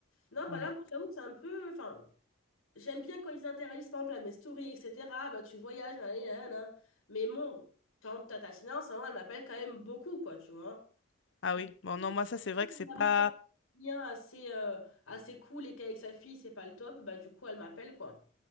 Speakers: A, on the left (about 80°); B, on the left (about 60°).
A: Non, bah
B: Voilà.
A: là, moi, j'avoue que c'est un peu. Enfin, J'aime bien quand ils interagissent, par exemple, à mes stories, etc. Bah, tu voyages, nanani, nanana. Mais bon, par exemple, Tata Tina, en ce moment, elle m'appelle quand même beaucoup, quoi, tu vois.
B: Ah
A: Donc,
B: oui, bon non, moi ça c'est vrai
A: si
B: que c'est pas...
A: arrive à être bien assez, euh, assez cool et qu'avec sa fille, c'est pas le top, bah, du coup, elle m'appelle, quoi.